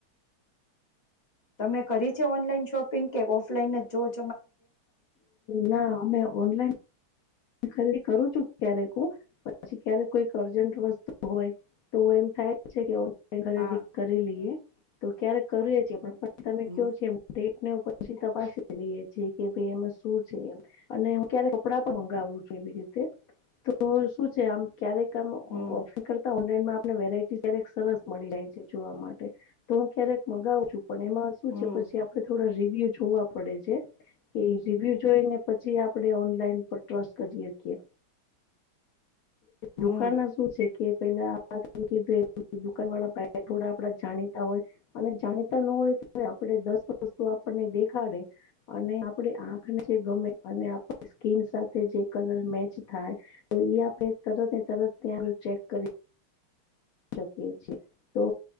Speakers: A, on the left; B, on the left.
A: તમે કરી છે ઓનલાઈન શોપિંગ કે ઓફલાઈન જ જો.
B: ના અમે ઓનલાઈન ખરી કરું છું ક્યારેક. પછી ક્યારે કોઈક અર્જન્ટ વસ્તુ હોય તો એમ થાય છે કે. ખરીદી
A: હા
B: કરી લઈએ તો ક્યારેક કર છીએ પણ પછી તમે
A: હમ
B: કેયો છ. એમ આપ પછી તપાસી લઈએ છેી કે ભાઈ એમાં શું છે એ અને હું ક્યારે કપડા પણ મંગાવું છ. રીતે તો શું છે આમ ક્યારેક આમ ઓફર
A: હમ
B: કરતા. આપને વેરાયટી ક્યારેક સરસ મળી જાય છે જોવા માટે તો હું ક્યારેક મગાવ છું. પણ એમાં શું
A: હમ
B: છે પછી આપડે થોડા. ્ય જોવા પડે છે એ રિવ્યુ જોઈને પછી આપડે ઓનલાઈન પર ટ્રસ્ટ કરી શકીએ
A: હમ
B: રોકાણમાં શું છ? કે પેલાીધું દુાન વાળા થોડા આપડા જાણીતા હોય અને જાણીતા ન આપ દસ વસ્તુ આપણને દેખાડે અને આપણે આંખ ગમે અને સ્કીન સાથે જે કલર મેચ થાય તો એ આપણે તરત તરત તં ચેક કરી શકીએ છેએ. તો